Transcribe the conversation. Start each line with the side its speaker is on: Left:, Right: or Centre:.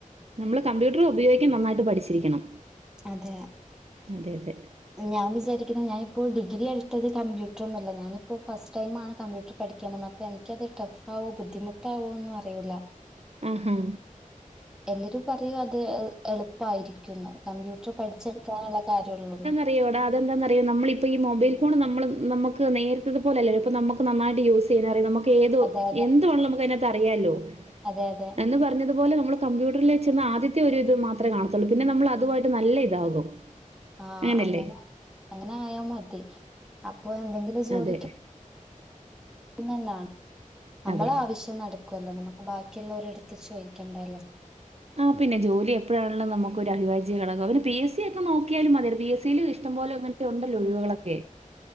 Right: നമ്മള് കമ്പ്യൂട്ടർ ഉപയോഗിക്കും നന്നായിട്ട് പഠിച് രിക്കണം.
Centre: അതെ
Right: അതെ അതെ.
Centre: ഞാൻ വിചാരിക്കുന്ന ഞാനിപ്പോ ഡിഗ്രി എടുത്തത് കമ്പ്യൂട്ടർ ഒന്നുമല്ല ഞാനിപ്പോ ഫസ്റ്റ് ടൈമാണ് കമ്പ്യൂട്ടർ പഠിക്കാൻ വന്നത് അപ്പൊ എനിക്കത് ടഫ് ആവോ ബുദ്ധിമുട്ടാവോ എന്നൊന്നും അറിയൂല.
Right: ആഹ് ആഹ്
Centre: എല്ലരും പറയും അത് എ എളുപ്പായിരിക്കും ന്ന്. കമ്പ്യൂട്ടർ പഠിച്ചെടുക്കാനുള്ള കാര്യള്ളൂന്ന്.
Right: അറിയോട അതന്താന്നറിയോ നമ്മളിപ്പോ ഈ മൊബൈൽ ഫോണ് നമ്മൾ നമ്മക്ക് നേരത്തത് പോലല്ലോ ഇപ്പോ നമ്മുക്ക് നന്നായിട്ട് യൂസ് ചെയ്യാറിയാലോ നമുക്ക് ഏതോ
Centre: അതെ അതെ
Right: എന്ത് വേണോലും നമുക്ക് അതിനകത്ത് അറിയാല്ലോ
Centre: അതെ അതെ
Right: എന്ന് പറഞ്ഞതു പോലെ നമ്മൾ കമ്പ്യൂട്ടറിൽ ചെന്ന് ആദ്യത്തെ ഒരു ഇത് മാത് കാണത്തുള്ളൂ പിന്നെ നമ്മൾ അതുമായി നല്ല ഇതാകും.
Centre: ആഹ്
Right: അങ്ങനല്ലേ
Centre: അങ്ങനെ അങ്ങനെ ആയ മതി. ആഹ് അപ്പൊ എന്തെങ്കിലും ജോലിക്ക്
Right: അതെ
Centre: അങ്ങനെ തന്നാണ് നമ്മള
Right: അതെ
Centre: ആവശ്യം നടക്കുവല്ലോ നമുക്ക് ബാക്കിയുള്ളവരടുത്ത് ചോദിക്കണ്ടല്ലോ.
Right: ആഹ് പിന്നെ ജോലി എപ്പോഴാണേലും നമുക്ക് ഒരു അവിഭാജ്യഘടക. ഒരു പി എസ് സി ഒക്കെ നോക്കിയാലും മതി പി എസ് സിൽ ഇഷ്ടം പോലെ അങ്ങനത്തെ ഉണ്ടല്ലോ ഒഴിവുകളൊക്കെ.